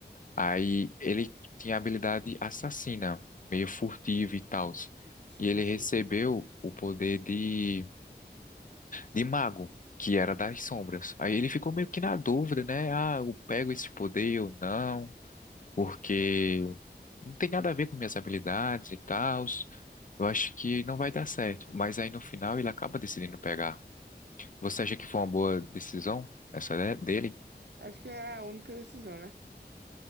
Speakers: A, on the left; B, on the right.
A: Aí ele tinha a habilidade assassina, meio furtiva e tal.
B: Sim,
A: E ele
B: sim.
A: recebeu o poder de, de mago, que era das sombras. Aí ele ficou meio que na dúvida, né? Ah, eu pego esse poder ou não? Porque não tem nada a ver com minhas habilidades e tal. Eu acho que não vai dar certo. Mas aí no final ele acaba decidindo pegar. Você acha que foi uma boa decisão essa de- dele?
B: Acho que era a única decisão, né?